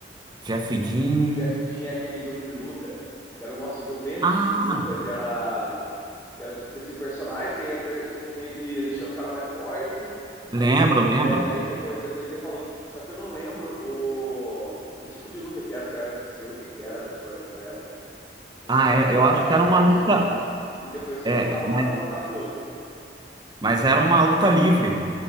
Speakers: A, on the right; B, on the left.
A: Jeff Dean.
B: Jeff Jean é aquele jogo de luta, que era um, nossa, um jogo bem antigo
A: Ah,
B: de luta, que era, que era tipo, você tinha o personagem, você ia per- tipo, meio que deixando o cara mais forte.
A: lembro,
B: Aí depois, é,
A: lembro.
B: daí depois, depois ia pra luta. Só que eu não lembro o que tipo de luta que era, se é UFC, o que que era, tipo, na época. Eu
A: Ah,
B: sei que você
A: é,
B: deixava
A: eu acho
B: o cara
A: que
B: forte
A: era uma luta.
B: e depois você
A: é,
B: colocava o
A: mas,
B: cara pra lutar com o outro.
A: mas era uma luta livre.